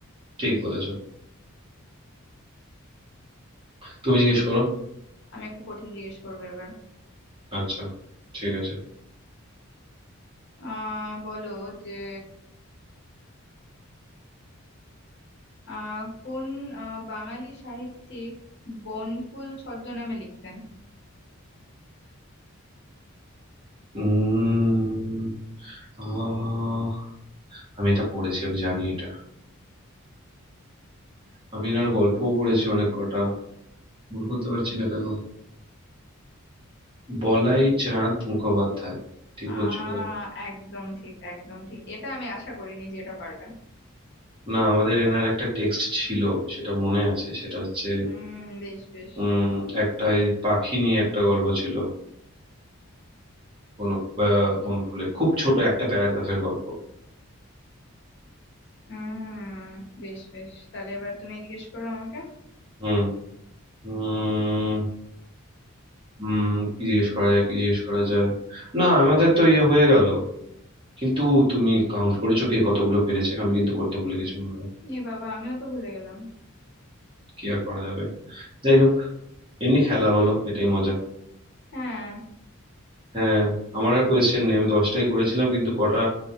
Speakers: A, on the right; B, on the left.
A: ঠিক বলেছো তুমি জিজ্ঞেস করো
B: আমি একটু কঠিন জিজ্ঞেস করবো এবার
A: আচ্ছা ঠিক আছে
B: আহ বলো যে আহ কোন আহ, বাঙালি সাহিত্যিক বনফুল ছদ্মনামে লিখতেন
A: উম আহ, আমি এটা পড়েছি আমি জানি এটা আমি এনার গল্পও পড়েছি অনেক কটা মনে করতে পারছি না কেন বলাই চাঁদ মুখোপাধ্যায় ঠিক
B: আহ
A: বলছি বোধহয়
B: একদম ঠিক একদম ঠিক এটা আমি আশা করিনি যে এটা পারবে
A: না আমাদের এনার একটা টেক্সট ছিল সেটা মনে আছে সেটা হচ্ছে
B: হুম বেশ বেশ
A: উম একটা এই পাখি নিয়ে একটা গল্প ছিল কোন বনফুলে খুব ছোট একটা প্যারাগ্রাফের গল্প
B: হুম বেশ বেশ তাহলে এবার তুমি জিজ্ঞেস করো আমাকে
A: হুম হুম হুম কি জিজ্ঞেস করা যায় কি জিজ্ঞেস করা যায় না আমাদের তো ইয়ে হয়ে গেল কিন্তু তুমি কাউন্ট করেছো কে কতগুলো পেরেছে আমি কিন্তু করতে ভুলে গেছি মনে হয়
B: এ বাবা আমিও তো ভুলে গেলাম
A: কি আর করা যাবে যাই হোক এমনি খেলা হলো এটাই মজা
B: হ্যাঁ
A: হ্যাঁ আমার আর কোয়েশ্চেন নেই আমি দশটাই করেছিলাম কিন্তু কটা